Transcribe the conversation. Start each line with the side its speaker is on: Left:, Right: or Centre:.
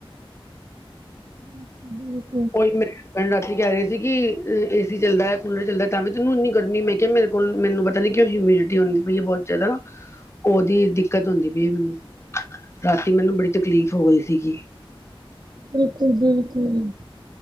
Right: ਹ ਹਮ <inaudible>
Left: ਉਹੀ ਮੇਰੇ ਹਸਬੈਂਡ ਰਾਤੀ ਕਹਿ ਰਹੇ ਸੀ, ਕਿ ਏ ਸੀ ਚੱਲ ਦੈ, ਕੂਲਰ ਚੱਲਦੈ, ਤਾਂ ਵੀ ਤੈਨੂੰ ਇੰਨੀ ਗਰਮੀ ਮੈਂ ਕਿਹਾ ਮੇ ਮੈਨੂੰ ਪਤਾ ਨੀ ਕਿਉਂ, ਹਿਮਿਡਿਟੀ ਹੁੰਦੀ ਪਈ ਹੈ ਬਹੁਤ ਜ਼ਿਆਦਾ ਉਹਦੀ ਦਿੱਕਤ ਹੁੰਦੀ ਪਈ ਏ ਮੈਨੂੰ, ਰਾਤੀ ਮੈਨੂੰ ਬੜੀ ਤਕਲੀਫ਼ ਹੋ ਗਈ ਸੀਗੀ।
Right: ਬਿਲਕੁਲ, ਬਿਲਕੁਲ।